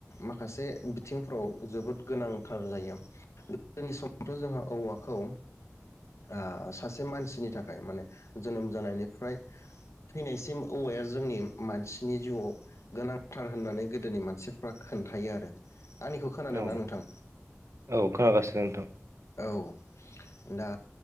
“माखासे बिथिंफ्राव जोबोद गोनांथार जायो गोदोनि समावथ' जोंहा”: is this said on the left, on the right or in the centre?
Left